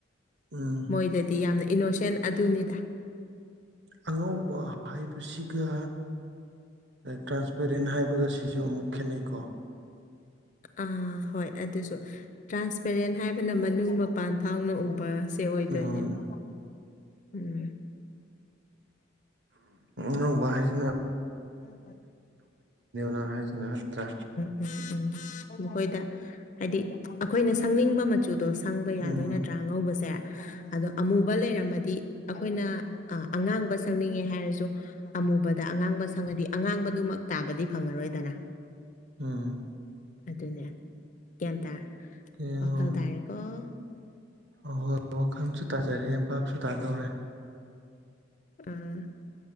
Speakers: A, on the right (about 60°); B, on the left (about 40°).
A: ꯎꯝ
B: ꯃꯣꯏꯗꯗꯤ ꯌꯥꯝꯅ ꯏꯅꯣꯁꯦꯟ ꯑꯗꯨꯅꯤꯗ
A: ꯑꯉꯧꯕ ꯍꯥꯏꯕꯁꯤꯒ ꯇ꯭ꯔꯥꯟꯁꯄꯦꯔꯦꯟ ꯍꯥꯏꯕꯒ ꯁꯤꯁꯨ ꯑꯃꯨꯛ ꯈꯦꯠꯅꯩꯀꯣ <inaudible>
B: ꯑꯥ ꯍꯣꯏ ꯑꯗꯨꯁꯨ ꯇ꯭ꯔꯥꯟꯁꯄꯦꯔꯦꯟ ꯍꯥꯏꯕꯅ ꯃꯅꯨꯡ ꯃꯄꯥꯟ ꯐꯥꯎꯅ ꯎꯕ ꯦ ꯑꯣꯏꯗꯣꯏꯅꯦꯕ
A: ꯎꯝ
B: ꯎꯝ
A: ꯅ ꯋꯥꯁꯅ
B: ꯎꯝ
A: ꯅꯪ ꯍꯥꯏꯁꯤꯅ ꯅꯠꯇ꯭ꯔꯥ
B: ꯎꯝ ꯎꯝ ꯍꯣꯏꯗ ꯍꯥꯏꯗꯤ ꯑꯩꯈꯣꯏꯅ ꯁꯪꯅꯤꯡꯕ ꯃꯆꯨꯗꯣ ꯁꯪꯕ ꯌꯥꯗꯣꯏ
A: ꯎꯝ
B: ꯅꯠꯇ꯭ꯔꯥ ꯑꯉꯧꯕꯁꯦ ꯑꯗꯣ ꯑꯃꯨꯕ ꯂꯩꯔꯝꯃꯗꯤ ꯑꯩꯈꯣꯏꯅ ꯑꯉꯥꯡꯕ ꯁꯛꯅꯤꯡꯉꯦ ꯍꯥꯏꯔꯁꯨ ꯑꯃ ꯑꯉꯥꯡꯕꯪꯉꯗꯤ ꯑꯉꯥꯡꯕꯗꯨꯃꯛ ꯇꯥꯕꯗꯤ ꯐꯪꯉꯔꯣꯏꯗꯅ
A: ꯎꯝ
B: ꯑꯗꯨꯅꯦ ꯒ꯭ꯌꯥꯟ ꯇꯥ
A: ꯌꯦꯡꯉꯣ
B: ꯋꯥꯈꯜ ꯇꯥꯔꯦꯀꯣ
A: ꯑꯍꯣꯏ ꯋꯥꯈꯜꯁꯨ ꯇꯥꯖꯔꯦ ꯚꯥꯞꯁꯨ ꯇꯥꯗꯧꯔꯦ
B: ꯑꯥ